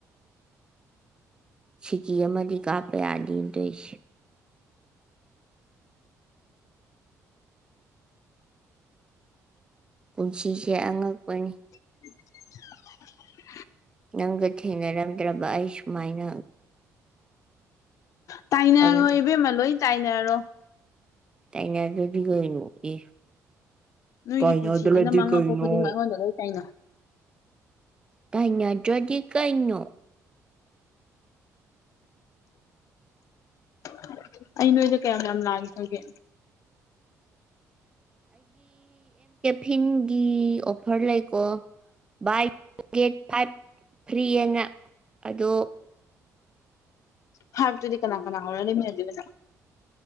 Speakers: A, on the right; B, on the left.
A: ꯁꯤꯀꯤ ꯑꯃꯗꯤ ꯀꯥꯞꯄ ꯌꯥꯗꯤꯟꯗꯣꯏꯁꯦ ꯄꯨꯟꯁꯤꯁꯦ ꯑꯉꯛꯄꯅꯤ
B: <inaudible>
A: ꯅꯪꯒ ꯊꯦꯡꯅꯔꯝꯗ꯭ꯔꯕ ꯑꯩ ꯁꯨꯃꯥꯏꯅ
B: ꯇꯥꯏꯅꯔꯣ
A: ꯑꯪ
B: ꯏꯕꯦꯝꯃ ꯂꯣꯏ ꯇꯥꯏꯅꯔꯣ
A: ꯇꯥꯏꯅꯗꯗꯤ ꯒꯩꯅꯣ ꯏ
B: ꯅꯣꯏꯒꯤ
A: ꯇꯥꯏꯅꯗ꯭ꯔꯗꯤ
B: ꯄꯨꯟꯁꯤꯗꯨꯅ ꯃꯥꯡꯉꯛꯄ
A: ꯀꯩꯅꯣ
B: ꯈꯨꯗꯤꯡꯃꯛ ꯑꯩꯉꯣꯟꯗ ꯂꯣꯏ ꯇꯥꯏꯅꯧ
A: ꯇꯥꯏꯅꯗ꯭ꯔꯗꯤ ꯀꯩꯩꯅꯣ
B: <inaudible> ꯑꯩ ꯅꯣꯏꯗ ꯀꯌꯥꯝ ꯌꯥꯝ ꯂꯥꯟꯈ꯭ꯔꯒꯦ
A: ꯐꯤꯟꯒꯤ ꯑꯣꯐꯔ ꯂꯩꯀꯣ ꯕꯥꯏ ꯒꯦꯠ ꯐꯥꯏꯚ ꯐ꯭ꯔꯤꯑꯦꯟꯅ ꯑꯗꯣ
B: ꯐꯥꯏꯚꯇꯨꯗꯤ ꯀꯅꯥ ꯀꯅꯥ ꯍꯧꯔ ꯂꯩꯃꯤꯟꯅꯗꯣꯏꯕ ꯅꯪ